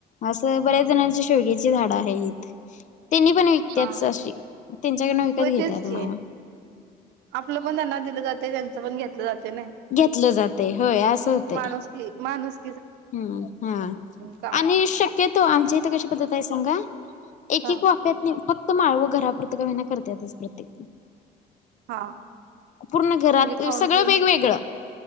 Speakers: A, on the left; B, on the right.
A: असं बऱ्याच
B: हा
A: जणांची
B: हा
A: शेवग्याची झाडं हाईत त्यांनी पण विकतच
B: हा
A: अशी त्यांच्याकड विकत
B: होय
A: घेतात
B: तेच की
A: मामा.
B: आपलं पण त्यांना दिल जाते त्यांच पण घेतलं जा ना
A: घेतलं जातय होय असं होतंय
B: माणुस की माणुस
A: हम्म हा
B: चांगलं
A: आणि शक्यतो आमच्या इथे कशी पद्धत आहे सांगा? एक
B: हा
A: एक वाफ्यातनी फक्त माळव घरापुरतं का होईना करत्याच प्रत्येक.
B: हा
A: पूर्ण घरात
B: म्हणजे खाऊन
A: सगळं
B: पिऊन
A: वेगवेगळ.
B: सुखी